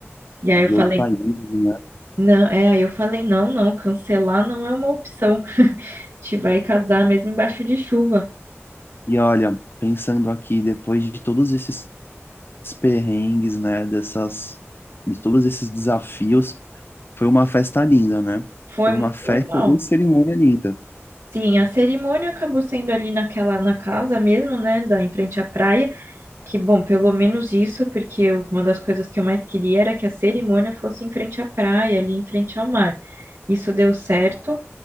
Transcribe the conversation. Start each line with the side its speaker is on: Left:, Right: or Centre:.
Right: E aí
Left: os
Right: eu falei,
Left: outros países, né?
Right: não, é, aí eu falei, não, não, cancelar não é uma opção. Te vai casar mesmo embaixo de chuva.
Left: E olha, pensando aqui, depois de todos esses perrengues, né, dessas, de todos esses desafios, foi uma festa linda, né?
Right: Foi
Left: Foi
Right: muito
Left: uma festa
Right: legal.
Left: e cerimônia linda.
Right: Sim, a cerimônia acabou sendo ali naquela, na casa mesmo, né, da, em frente à praia, Que bom, pelo menos isso, porque uma das coisas que eu mais queria era que a cerimônia fosse em frente à praia, ali em frente ao mar. Isso deu certo.